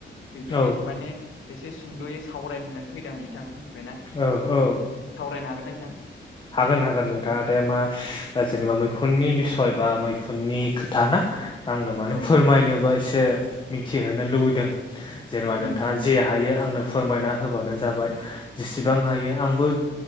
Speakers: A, on the left; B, on the left.
A: बेफोरनि
B: औ
A: माने एसे सुंद'यै सावरायनो होननानै फैदों आं बिथां मिथिबायना
B: औ औ
A: सावरायनो हागोन ना बिथां
B: हागोन हागोन नोंथाङा दे मा जेनेबा मैखुननि बिसय बा मैखुननि थाना आंनो माने
A: औ
B: फोरमायनोबा एसे मिथिहोनो लुबैदों जेनेबा
A: उम
B: नोंथाङा
A: उम
B: जे हायो आंनो फोरमायना होबानो जाबाय जेसेबां हायो आंबो